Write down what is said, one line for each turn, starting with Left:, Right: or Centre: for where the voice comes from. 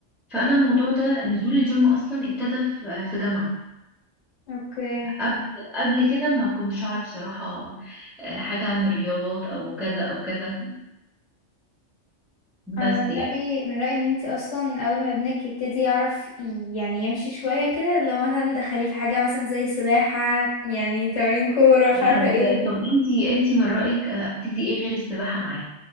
Centre: فانا الموضوع ده نزول الجيم اصلا ابتدى في آه، في جامعه
Left: اوكي
Centre: قبل قبل كده ما كنتش اعرف صراحه آه، حاجه عن الرياضات او كذا او كذا بس
Left: انا من
Centre: يعني
Left: رأيي من رأيي ان انتي اصلا اول ما ابنك يبتدي يعرف ي- يعني يمشي شوية كده لو مثلا دخليه في حاجة مثلا زي سباحة يعني تمرين كورة مش عارفة
Centre: طب
Left: ايه
Centre: طب انتي انتي من رأيك آه، ابتدي ايه غير السباحة معاه